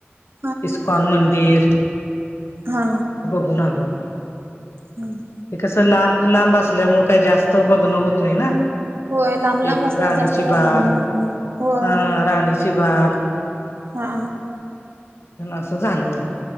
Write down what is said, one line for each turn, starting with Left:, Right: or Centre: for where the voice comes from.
Right: ह
Left: इस्कॉन मंदिर
Right: हा
Left: बणालो आ्ही
Right: हम्म
Left: ते कसं लांब लांब असल्यामुळे काही जास्त बघणं होत नाही ना
Right: होय लांब लांब
Left: एक
Right: असलं
Left: राणीची
Right: की जास्त काय
Left: बाग
Right: बघणं होत नाही होय
Left: हा राणीची बाग
Right: हा
Left: असं झालं